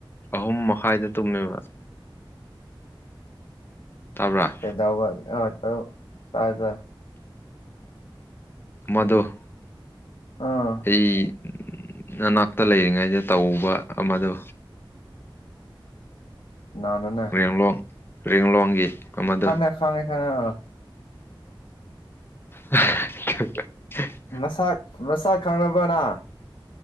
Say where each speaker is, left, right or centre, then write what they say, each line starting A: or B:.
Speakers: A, on the left; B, on the left.
A: ꯑꯍꯨꯝ ꯃꯈꯥꯏꯗ ꯇꯨꯝꯃꯦꯕ ꯇꯥꯕ꯭ꯔꯥ
B: ꯀꯩꯗꯧꯕ <unintelligible>
A: ꯃꯗꯣ
B: ꯑꯥ
A: ꯑꯩ ꯅꯅꯥꯛꯇ ꯂꯩꯔꯤꯉꯩꯗ ꯇꯧꯕ ꯑꯃꯗꯣ
B: <unintelligible>
A: <unintelligible> ꯑꯃꯗꯣ
B: ꯈꯪꯉꯦ ꯈꯥꯉꯦ ꯈꯥꯉꯦ ꯑꯥ
A: <unintelligible>
B: ꯃꯁꯥꯛ ꯃꯁꯥꯛ ꯈꯪꯅꯕꯅꯪ